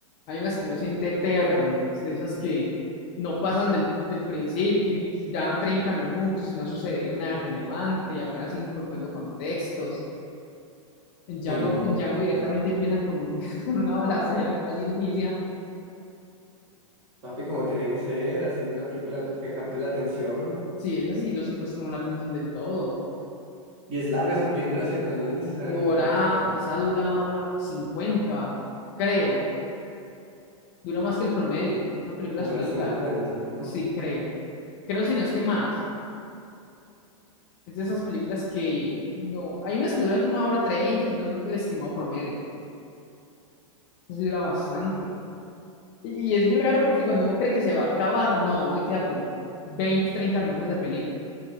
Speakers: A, on the left; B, on the right.
A: Hay unas que uno siente eternas, de esas que no pasan del, del principio y ya van 30 minutos y no ha sucedido nada relevante y apenas siguen colocando contextos. En Django,
B: Uy, no.
A: en Django directamente empiezan con, un, <laughs> con una balacera, así inicia.
B: Papi, como tiene que ser, así una película que que capte la atención.
A: Sí, es así. lo secuestran la atención del todo.
B: Y es larga esa película, ¿cierto? No es necesariamente
A: Hora,
B: cortica.
A: esa dura hora 50, creo. Dura más que el promedio. Una película
B: Hora
A: suele
B: cincuenta
A: durar, sí, creo. Creo si no es que más. Es de esas películas que no. Hay unas que duran una hora treinta, que es lo- el estimado promedio. Eso sí dura bastante. Y, y es muy raro porque cuando uno cree que se va a acabar, no, le queda como 20 30 minutos de película.